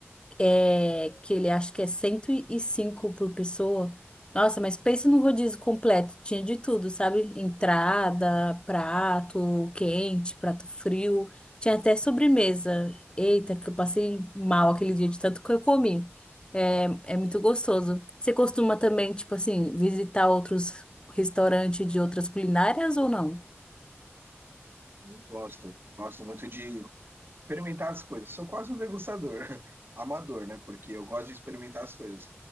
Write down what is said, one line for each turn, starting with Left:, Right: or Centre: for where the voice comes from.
Left: é, que ele acha que é 105 por pessoa. Nossa, mas pensa num rodízio completo. Tinha de tudo, sabe? Entrada, prato quente, prato frio. Tinha até sobremesa. Eita, que eu passei mal aquele dia de tanto que eu comi. É, é muito gostoso. Você costuma também, tipo assim, visitar outros restaurantes de outras culinárias ou não?
Right: Eu gosto, eu gosto muito de experimentar as coisas. Sou quase um degustador, <laughs> amador, né? Porque eu gosto de experimentar as coisas.